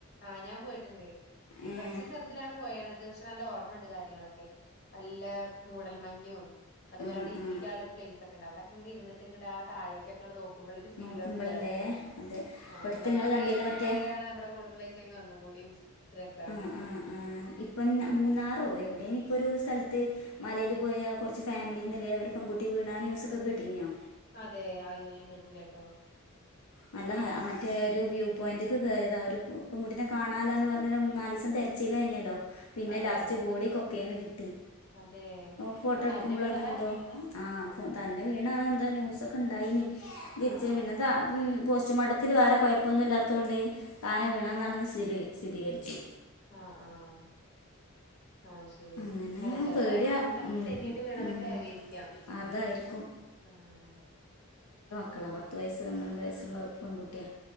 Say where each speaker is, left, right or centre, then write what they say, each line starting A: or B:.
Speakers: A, on the left; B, on the left.
A: ആ ഞാൻ പോയിട്ടുണ്ട്.
B: ഏഹ്
A: കുറച്ച് ചെറുതിലാണ് പോയണത്. ക്ഷേ നല്ല ഓർമ്മുണ്ട് കാര്യങ്ങളൊക്കെ നല്ല മൂടൽ മഞ്ഞും അതുപോലെ
B: ഇരുന്നിട്ട്
A: അവിടെ ഇരിക്കാനുള്ള ഒരു പ്ലേസ് അവിടെക്കെ ഇരുന്നിട്ട് ഇങ്ങടെ ആ താഴേക്ക് അങ്ങോട്ട് നോക്കുമ്പോൾ ഒരു ഫീല്
B: നോക്കുമ്പൾല്ലേ
A: ഒന്ന് വേറെന്നയാ
B: അതെ
A: ആ
B: ഇപ്പടുത്ത്
A: നമുക്ക്
B: ഇങ്ങള്
A: പ്രിയപ്പെട്ടവരാണ്
B: കണ്ടില്ലേ മറ്റേ
A: നമ്മുടെ കൂടെള്ളച്ചാ ഒന്നും കൂടിയും രസാണ്
B: ആ ആ ആ ഇപ്പൊ മൂന്നാറോ എവിടെ ഇപ്പോ ഒരു സ്ഥലത്ത് മലയിൽ പോയാ കുറച്ച് ഫാമിലിന്നില്ലെ ഒരു പെൺകുട്ടി വീണാ ആ ന്യൂസൊക്കെ കേട്ടീനെയോ?
A: അതേ അയ്യോ ഞാൻ കേട്ടില്ല ട്ടോ.
B: നല്ല മറ്റേ ഒരു വ്യൂ പോയിന്റ്ക്ക് കയറിയതാ ഒരു പെൺകുട്ടിനെ കാണാനില്ലാ എന്ന് പറ ന്നേരം നാല് ദിവസം തിരച്ചില് തന്നെയല്ലോ? പിന്നെ
A: അതെ
B: ലാസ്റ്റ് ബോഡി കൊ ക്കേന്ന് കി ട്ടി
A: അതെ
B: ഫോട്ടോ
A: അത്
B: എടുക്കുമ്പോളൊ
A: തന്നെ വീണതാ
B: അങ്ങനെ എന്തോ ആ അപ്പോ തന്നെ വീണാണോ എന്തോ ന്യൂസ് ഒക്കെ ഉണ്ടായിനി. തിരിച്ച
A: ആഹ്
B: പിന്നെന്താ <unintelligible> പോസ്റ്റ്മോർട്ടത്തിൽ വേറെ കുഴപ്പമൊന്നും ഇല്ലാത്തകൊണ്ട് താനെ വീണതാണന്ന് സ്ഥിതി സ്ഥിരീകരിക്കു
A: ആ ആ അയ്ശെരി
B: അങ്ങനെ
A: അല്ല ചിലപ്പം
B: പേടിയാ
A: എങ്ങാനും
B: ഉം
A: തെന്നീട്ട് വീണതൊക്കെ
B: ഉം
A: ആവേരിക്കാം,
B: അതായിരിക്കും
A: ഉം
B: ക്കളാ പത്ത് വയസ്സ് പന്ത്രണ്ട് വയസ്സുള്ള പെൺകുട്ടിയാ.